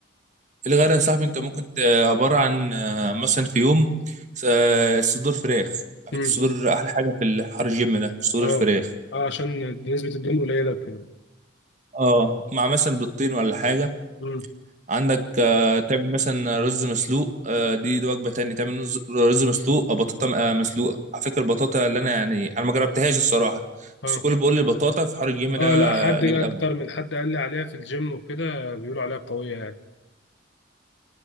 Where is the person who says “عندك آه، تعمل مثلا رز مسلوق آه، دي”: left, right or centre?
Right